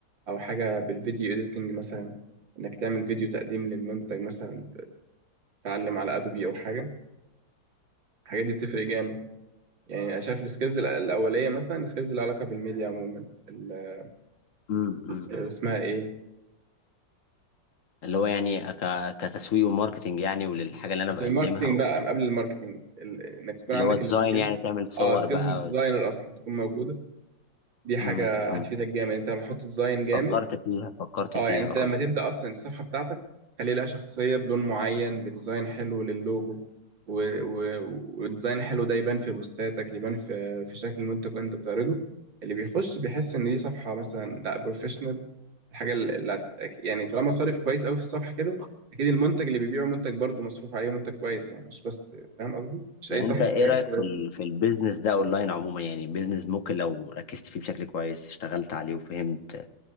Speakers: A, on the right (about 85°); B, on the left (about 50°).
A: او حاجه بالفيديو اديتنج مثلا انك تعمل فيديو تقديم للمنتج مثلا تتعلم على ادوبي او حاجه الحاجات دي بتفرق جامد يعني انا شايف السكيلز الأ- الاوليه مثلا السكيلز اللي علاقه بالميديا عموما ال-
B: امم أمم.
A: اسمها ايه
B: اللي هو يعني ك... كتسويق وماركتنج يعني وللحاجه اللي انا
A: مش
B: بقدمها
A: الماركتينج
B: و...
A: بقى قبل الماركتينج ال- انك تكون
B: اللي
A: عندك
B: هو ديزاين
A: السكيل
B: يعني تعمل صور
A: اه سكيلز
B: بقى
A: الديزاينر اصلا تكون موجوده دي حاجه
B: امم أمم.
A: هتفيدك جامد انت لما تحط ديزاين جامد
B: فكرت فيها فكرت
A: اه
B: فيها
A: يعني انت
B: اه
A: لما تبدأ اصلا الصفحة بتاعتك خلي لها شخصية بلون معين بديزاين حلو للوجو و... و... وديزاين حلو ده يبان في بوستاتك يبان في في شكل المنتج اللي انت بتعرضه اللي بيخش بيحس ان دي صفحة مثلا لا بروفيشنال الحاجة اللي هت- يعني طالما صارف كويس قوي في الصفحة كده اكيد المنتج اللي بيبيعه منتج برضه مصروف عليه منتج كويس يعني مش بس فاهم قصدي مش
B: يعني
A: اي صفحة
B: انت ايه
A: كويس
B: رايك في ال... في البيزنس ده اونلاين عموما يعني بيزنس ممكن لو ركزت فيه بشكل كويس اشتغلت عليه وفهمت